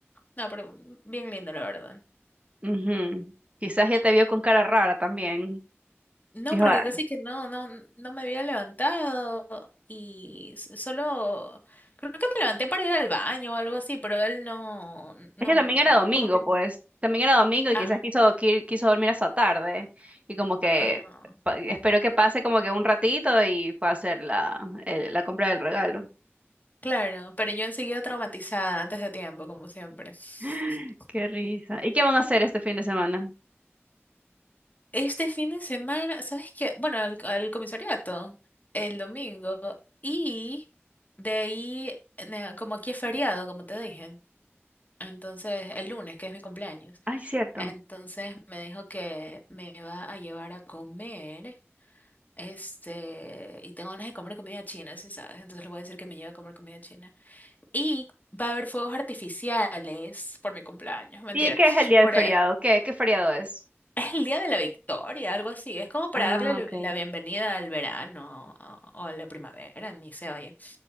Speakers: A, on the left; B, on the right.
A: No, pero bien lindo, la verdad.
B: Ujú. Quizás ya te vio con cara rara también.
A: No,
B: Dijo,
A: porque
B: "Ah".
A: casi que no, no, no me había levantado y s- solo creo que me levanté para ir al baño o algo así, pero él no, no,
B: es que también era domingo,
A: como que,
B: pues. También era domingo y
A: ah,
B: quizás quiso, qui- quiso dormir hasta tarde. Y como que
A: ajá.
B: pa- esperó que pase como que un ratito y fue a hacer la, el- la compra del regalo.
A: Claro, pero yo enseguida traumatizada antes de tiempo, como siempre.
B: <gasps>
A: <laughs>
B: Qué risa. ¿Y qué van a hacer este fin de semana?
A: Este fin de semana, ¿sabes qué? Bueno, al, al comisariato, el domingo, y de ahí, eh, como aquí es feriado, como te dije, entonces el lunes, que es mi cumpleaños,
B: Ay, cierto.
A: entonces me dijo que me va a llevar a comer, este, y tengo ganas de comer comida china, si sabes, entonces le voy a decir que me lleve a comer comida china. Y va a haber fuegos artificiales por mi cumpleaños, mentira.
B: ¿Y qué es el día de
A: Por,
B: feriado?
A: eh,
B: ¿Qué, qué feriado es?
A: <laughs> es el día de la victoria, algo así. Es como para
B: Ah,
A: darle la
B: ok.
A: la bienvenida al verano o o a la primavera, ni se oye.